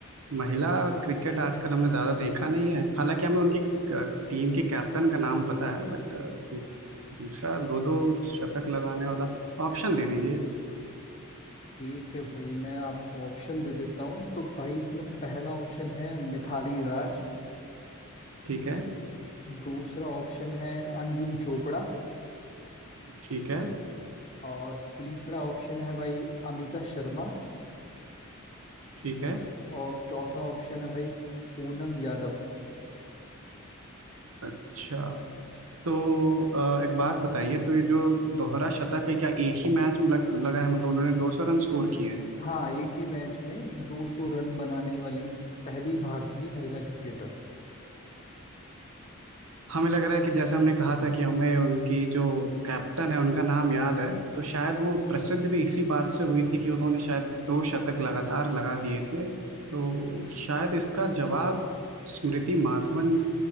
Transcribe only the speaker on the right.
महिला क्रिकेट आजकल हमने ज़्यादा देखा नहीं है हालांकि हमें उनकी अ, टीम के कैप्टन का नाम पता है बट अ, दू, दूसरा दो दो शतक लगाने वाला ऑप्शन दे दीजिए
ठीक है
ठीक है
ठीक है
अच्छा तो अ, एक बात बताइए तो ये जो दोहरा शतक है क्या एक ही मैच में लग, लगा है मतलब उन्होंने 200 रन स्कोर किए हैं
हमें लग रहा है कि जैसे हमने कहा था कि हमें उनकी जो कैप्टन है उनका नाम याद है तो शायद वो प्रसिद्ध भी इसी बात से हुई थी कि उन्होंने शायद दो शतक लगातार लगा दिए थे तो शायद इसका जवाब स्मृति माधवन